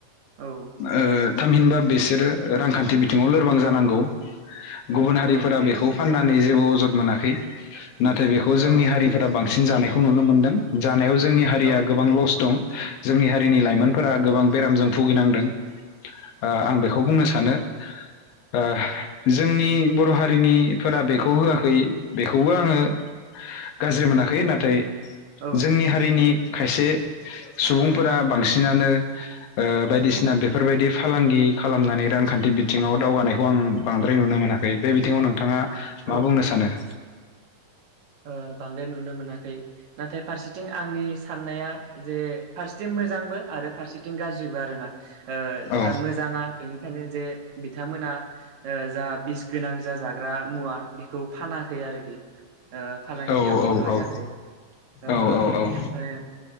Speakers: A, on the right; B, on the left.
A: औ।
B: ओ थामहिनबा बेसोरो रांखान्थि बिथिङाव लोरबां जानांगौ। गुबुन हारिफोरा
A: औ
B: बेखौ फानना नै जेबो अजद मोनाखै। नाथाय बेखौ जोंनि
A: औ
B: हारिफोरा बां सिन जानायखौ नुनो मोनदों जा नायाव जोंनि हारिया
A: औ
B: गोबां लस दं। जोंनि हाय जोंनि लाइमोनफोरा गोबां बेरामजों भुगिनांदों। ओ आं बेखौ बुंनो सानो ओ जोंनि बट बर' हारिनिफोरा बेखौ होआखै बेखौबो आङो गाज्रि मोना खै नाथाय
A: औ
B: जोंनि हारिनि खायसे सुबुंफोरा बांसिनानो ओ बायदिसिना बेफ फोरबायदि फालांगि खालामनानै रांखान्थि बिथिङाव दावगानायखौ आं बांद्राय नुनो मोनाखै बे बिथिङाव नोंथाङा
A: औ
B: मा बुंनो सानो?
A: ओ बांद्राय नुनो मोनाखै नाथाय फारसेथिं आंनि साननाया जे फारसेथिं मोजांबो आरो फारसेथिं गाज्रिबो आरोना। ओ
B: औ
A: मोजाङा बेनिखायनो जे बिथांमोना ओ जा बिस गोनां जा जाग्रा मुवा बेखौ फानाखै आरोखि। ओ फालांगियाव
B: औ औ
A: बाहायाखै
B: औ
A: ओ
B: औ औ औ
A: ओमफ्राय